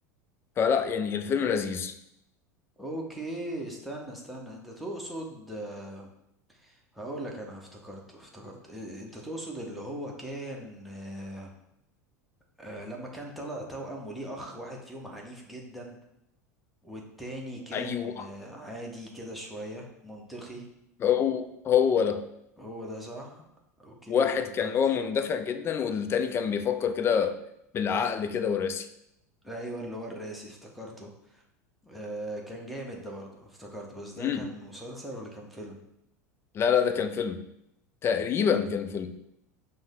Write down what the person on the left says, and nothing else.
فلا يعني الفيلم لذيذ
ايوه
هو هو ده
واحد
كان هو مندفع جدا والتاني كان بيفكر كده بالعقل كده وراسي
امم
لا لا ده كان فيلم تقريبا كان فيلم